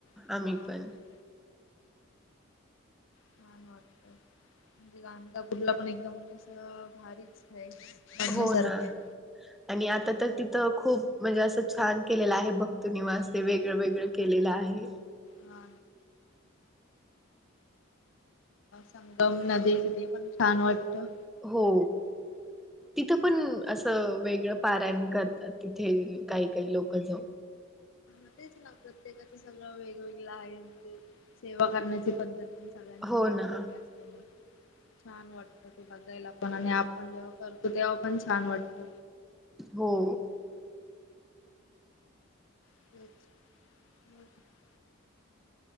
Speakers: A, on the left (about 70°); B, in the centre.
A: हा
B: आम्ही पण.
A: तेच <unintelligible> <unintelligible> पण एकदम म्हणजे अस भारीच <unintelligible>
B: हो ना.
A: आहे
B: आणि आता तर तिथं खूप म्हणजे असं छान केलेलं आहे भक्त निवासते वेगळं वेगळं केलेला आहे.
A: हा. संगम नदी तिथे पण छान वाटत.
B: हो. तिथं पण असं वेगळं पारायण करतात तिथे काही काही लोक जाऊन.
A: <unintelligible> <unintelligible>
B: हो ना
A: छान वाटत ते बघायला पण आणि आपण जेव्हा करतो तेव्हा पण छान वाटत.
B: हो.
A: <unintelligible>